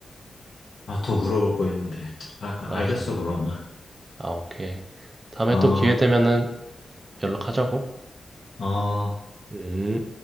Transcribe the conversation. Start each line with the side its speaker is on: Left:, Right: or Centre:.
Left: 아, 더 물어볼 거 있는데. 아, 그-
Right: 아,
Left: 알겠어,
Right: 그래.
Left: 그러면.
Right: 아, 오케이. 다음에
Left: 어,
Right: 또 기회 되면은 연락하자고.
Left: 어.
Right: 음.